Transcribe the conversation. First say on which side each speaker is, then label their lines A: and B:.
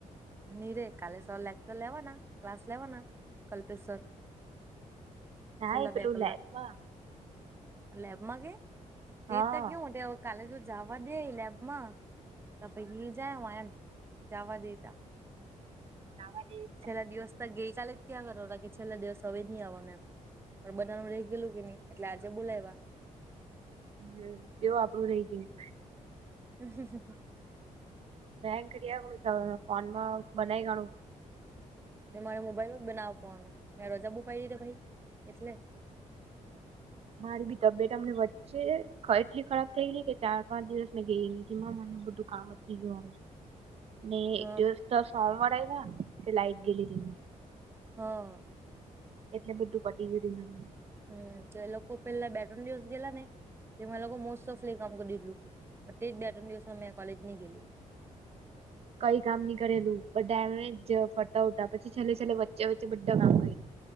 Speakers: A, on the right; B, on the right.
A: ની રે કાલે સર લેકચર લેવાના ક્લાસ લેવાના કલ્પેશ સર.
B: ના
A: છેલ્લા
B: એ પેલું
A: બે કલાક,
B: લેબમાં
A: લેબમાં કે તેતતા
B: હા
A: કેવ ટે કાલેજ જો જવા દે લેબમાં તો પછી જાય હું એમ જવા દે તો.
B: જાવા દે.
A: છેલ્લા દિવસ ત ગઈકાલે જ ત્યાં કરવાના કે છેલ્લા દિવસ હવે જ નહીં આવવાના એમ. પણ બધાનું રહી ગયલું કે નહી એટલે આજે બોલાઇવા.
B: હમ્મ તેમાં આપણું રહી ગ્યું.
A: હમ્મ હમ્મ.
B: બેંક કરીણું છે ફોન માં બનાય કાણું.
A: તે મારે મોબાઈલનું જ બનાવ આપાનો, મેં રજા બુ પાઈ દીધતે ભાઈ એટલે.
B: મારી બી તબિયતમ હમડે વ છે એટલી ખરાબ થઈ ગઈ કે ચાર પાંચ દિવસ મેં ગઈ નથી માં મ બધું કામ અટકી ગ્યું મારું. ને
A: હ
B: એક દિવસ તો સોમવારે આઇવા તે લાઇક ગેલી તેમાં.
A: હા.
B: એટલે બધું પટી ગ્યું ધીમે ધીમે
A: હમ્મ તો લોકો પેલા બે ટ્રોન દિવસ ગયલા ને તેમાં એ લોકો મોસ્ટ ઓફલી કામ કરી દીધેલુ પણ તે જ બે ત્રણ દિવસમાં મે કોલેજ ની ગેલી.
B: કઈ કામ ની કરેલું બડામે જ ફરટ ઉટા પછી છેલ્લે છેલ્લે વચ્ચે વચ્ચે બધા કામ કૈરો.